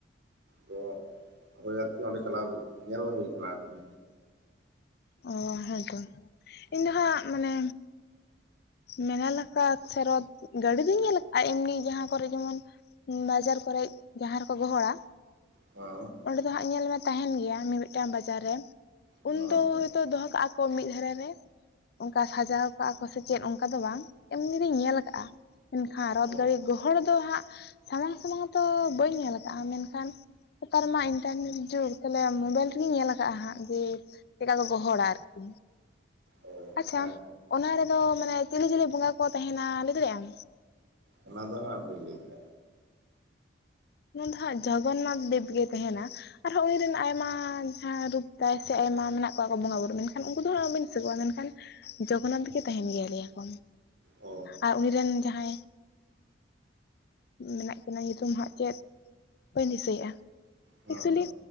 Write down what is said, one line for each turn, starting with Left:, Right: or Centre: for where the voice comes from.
Right: ᱛᱚ ᱦᱳᱭ ᱟᱨᱠᱤ ᱚᱸᱰᱮ ᱪᱟᱞᱟᱣ ᱧᱮᱞ ᱦᱩᱭ ᱠᱟᱱᱟ ᱟᱨᱠᱤ
Left: ᱚ ᱦᱮᱸᱛᱚ
Right: ᱦᱮᱸ
Left: ᱤᱧ ᱫᱚ ᱦᱟᱸᱜ ᱢᱟᱱᱮ ᱢᱮᱞᱟ ᱞᱮᱠᱟ ᱥᱮᱨᱣᱟ ᱜᱟᱹᱰᱤ ᱫᱩᱧ ᱧᱮᱞ ᱠᱟᱜᱼᱟ ᱮᱢᱱᱤ ᱡᱟᱸᱦᱟ ᱠᱚᱨᱮ ᱡᱮᱢᱚᱱ ᱵᱟᱡᱟᱨ ᱠᱚᱨᱮᱜ ᱡᱟᱦᱟ ᱨᱮᱠᱚ ᱜᱚᱦᱚᱲ-ᱟ
Right: ᱦᱮᱸ
Left: ᱚᱸᱰᱮ ᱫᱚ ᱦᱟᱸᱜ ᱧᱮᱞ ᱢᱮ ᱛᱟᱦᱮᱱ ᱜᱮᱭᱟ ᱢᱤ-ᱢᱤᱫ ᱴᱟᱝ ᱵᱟᱡᱟᱨ ᱨᱮ
Right: ᱦᱮᱸ ᱦᱮᱸ
Left: ᱩᱱ ᱫᱚ
Right: ᱦᱮᱸ
Left: ᱦᱳᱭᱛᱳ ᱫᱚᱦᱚ ᱠᱟᱜ ᱠᱚ ᱢᱤᱫ ᱫᱷᱟᱨᱮ ᱨᱮ ᱚᱝᱠᱟ ᱥᱟᱡᱟᱣ ᱠᱟᱜᱼᱟ ᱠᱚ ᱪᱮᱫ ᱚᱝᱠᱟ ᱫᱚ ᱵᱟᱝ ᱮᱢᱱᱤ ᱨᱤᱧ ᱧᱮᱞ ᱠᱟᱜᱼᱟ, ᱢᱮᱱᱠᱷᱟᱱ ᱨᱚᱛ
Right: ᱚ
Left: ᱜᱟᱲᱤ ᱜᱚᱦᱚᱲ ᱫᱚ ᱦᱟᱜ ᱥᱟᱢᱟᱝ ᱥᱟᱢᱟᱝ ᱛᱚ ᱵᱟᱹᱧ ᱧᱮᱞ ᱟᱠᱟᱜᱼᱟ ᱢᱮᱱᱠᱷᱟᱱ ᱱᱮᱛᱟᱨ ᱢᱟ ᱤᱱᱴᱟᱨᱱᱮᱴ ᱡᱩᱜᱽ ᱛᱟᱦᱞᱮ ᱢᱳᱵᱟᱭᱤᱞ ᱨᱮᱜᱤᱧ ᱧᱮᱞ ᱠᱟᱜ-ᱟ ᱦᱟᱸᱜ ᱡᱮ ᱪᱮᱜᱠᱟ ᱠᱚ ᱜᱚᱦᱚᱲ-ᱟ ᱟᱨᱠᱤ
Right: ᱚ
Left: ᱟᱪᱪᱷᱟ
Right: ᱦᱮᱸ
Left: ᱚᱱᱟ ᱨᱮᱫᱚ ᱢᱟᱱᱮ ᱪᱤᱞᱤ ᱪᱤᱞᱤ ᱵᱚᱸᱜᱟ ᱠᱚ ᱛᱟᱸᱦᱮᱱᱟ ᱞᱟᱹᱭ ᱫᱟᱲᱮᱜᱼᱟᱢ?
Right: ᱚᱱᱟ ᱫᱚ ᱦᱟᱸᱜ ᱵᱟᱹᱧ ᱞᱮᱫᱟᱲᱮ
Left: ᱩᱱ ᱫᱚ ᱦᱟᱸᱜ ᱡᱚᱜᱚᱱᱱᱟᱛᱷ ᱫᱮᱵᱽ ᱜᱮ ᱛᱮᱦᱮᱱᱟ ᱟᱨᱦᱚᱸ ᱩᱱᱤ ᱨᱮᱱ ᱟᱭᱢᱟ ᱡᱟᱦᱟᱸ ᱨᱩᱯ ᱛᱟᱭ ᱥᱮ ᱟᱭᱢᱟ ᱢᱮᱱᱟᱜ ᱠᱚᱣᱟ ᱠᱚ ᱵᱚᱸᱜᱟᱼᱵᱩᱨᱩ ᱢᱮᱱᱠᱷᱟᱱ ᱩᱱᱠᱩ ᱫᱚ ᱦᱟᱸᱜ ᱵᱟᱹᱧ ᱫᱤᱥᱟ ᱠᱚᱣᱟ ᱢᱮᱱᱠᱷᱟᱱ ᱡᱚᱜᱚᱱᱱᱟᱛᱷ ᱜᱮ ᱛᱟᱦᱮᱱ ᱜᱮᱭᱟᱭ, ᱞᱮᱭ ᱟᱠᱚ
Right: ᱚ
Left: ᱟᱨ ᱩᱱᱤ ᱨᱮᱱ ᱡᱟᱦᱟᱸᱭ ᱢᱮᱱᱟᱜ ᱠᱤᱱᱟᱹᱧᱩᱛᱩᱢ ᱦᱟᱸᱜ ᱪᱮᱫ ᱵᱟᱹᱧ ᱫᱤᱥᱟᱹᱭᱮᱜᱼᱟ
Right: ᱦᱮᱸ
Left: ᱮᱠᱪᱩᱭᱞᱤ
Right: ᱦᱮᱸ